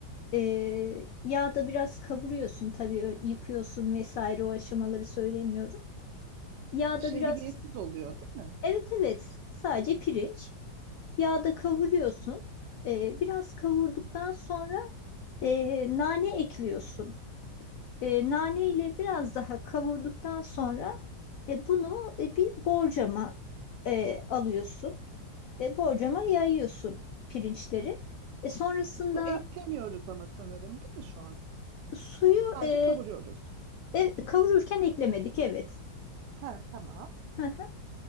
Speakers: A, on the left; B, on the right.
A: e, yağda biraz kavuruyorsun tabii ö- yıkıyorsun vesaire o aşamaları söylemiyorum. Yağda
B: şehriyetsiz
A: biraz
B: oluyor değil mi?
A: evet evet sadece pirinç. Yağda kavuruyorsun. E, biraz kavurduktan sonra e, nane ekliyorsun. E, nane ile biraz daha kavurduktan sonra e, bunu e, bir borcama e, alıyorsun. E, borcama yayıyorsun pirinçleri. E, sonrasında
B: Su eklemiyoruz ama sanırım değil mi şu an?
A: Suyu
B: Sadece
A: e,
B: kavuruyoruz.
A: e, kavururken eklemedik evet.
B: Ha tamam.
A: Hı hı.